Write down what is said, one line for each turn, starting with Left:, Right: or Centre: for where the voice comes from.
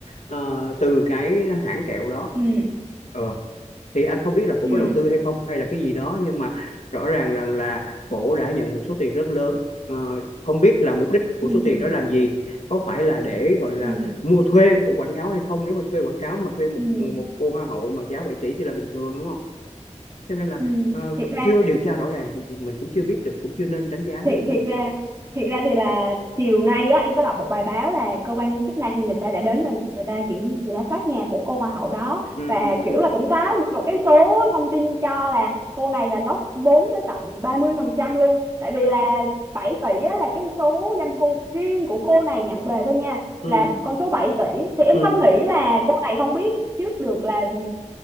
Left: ờ, từ cái hãng kẹo đó
Right: ừ,
Left: ờ, thì anh không biết là cổ
Right: ừ,
Left: có đầu tư hay không hay là cái gì đó nhưng mà rõ ràng rằng là cổ đã nhận một số tiền rất lớn Ờ, không biết là mục đích của
Right: ừ,
Left: số tiền đó làm gì có phải là để gọi là
Right: ừ,
Left: mua thuê của quảng cáo hay không nếu mà thuê quảng cáo mà thuê một
Right: ừ.
Left: một cô hoa hậu mà giá 7 tỷ thì là bình thường đúng không cho nên là
Right: ừ.
Left: ờ,
Right: Thiệt ra
Left: chưa điều tra rõ ràng thì mình cũng chưa biết được cũng chưa nên đánh giá
Right: thiệt
Left: cái gì
Right: thiệt
Left: hết
Right: ra thiệt ra thì là chiều nay á em có đọc một bài báo là cơ quan chức năng người ta đã đến và người ta kiểm người ta soát nhà của cô hoa hậu đó
Left: ừ
Right: và
Left: ừ
Right: kiểu
Left: ừ
Right: là cũng có một cái số thông tin cho là cô này là góp vốn tới tận 30% luôn tại vì là 7 tỷ á, là cái số doanh thu riêng của cô này nhận về thôi nha
Left: ừ
Right: là con số bảy tỷ thì em
Left: ừ
Right: không nghĩ là cô này không biết trước được là